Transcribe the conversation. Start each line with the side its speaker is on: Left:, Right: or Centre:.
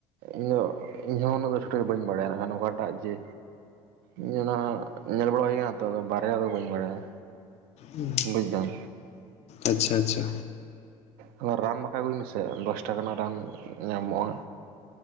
Right: ᱤᱧᱫᱚ ᱤᱧᱦᱚᱸ ᱩᱱᱟᱹᱜ ᱫᱚ ᱪᱷᱩᱴᱟᱹᱠ ᱵᱟᱹᱧ ᱵᱟᱲᱟᱭᱟ ᱮᱠᱷᱟᱱ <inaudible> ᱚᱠᱟᱴᱟᱜ ᱡᱮ ᱤᱧ ᱚᱱᱟ ᱧᱮᱞ ᱵᱲᱟ ᱦᱩᱭ ᱠᱟᱱᱟᱚ ᱛᱚ, ᱟᱫ ᱵᱟᱨᱭᱟ ᱫᱚ ᱵᱟᱹᱧ ᱵᱟᱲᱟᱭᱟ᱾
Left: ᱦᱩᱸ᱾
Right: ᱵᱩᱡᱫᱟᱢ
Left: ᱟᱪᱪᱷᱟ, ᱟᱪᱪᱷᱟ᱾
Right: ᱦᱟᱱᱟ ᱨᱟᱱ ᱵᱟᱠᱷᱟᱡ ᱟᱹᱜᱩᱭ ᱢᱮᱥᱮ ᱫᱚᱥ ᱴᱟᱠᱟ ᱨᱮᱱᱟᱜ ᱨᱟᱱ ᱧᱟᱢᱚᱜᱼᱟ᱾